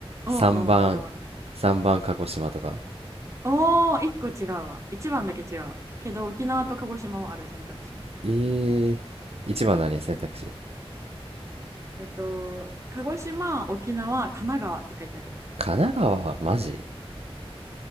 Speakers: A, on the right; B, on the right.
A: 3番、
B: おうおう、沖縄ある。
A: 3番、鹿児島とか。
B: おー、一個違うわ。一番だけ違う。けど、沖縄と鹿児島もある選択肢に。
A: えー、1番何選択肢。
B: えっと、鹿児島、沖縄、神奈川って書いてある。
A: 神奈川、マジ